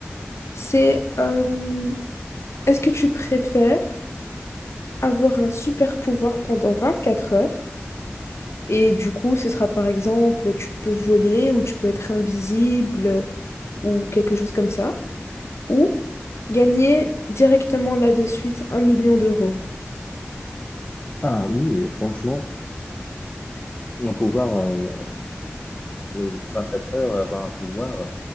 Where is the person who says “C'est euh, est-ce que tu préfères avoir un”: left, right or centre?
Left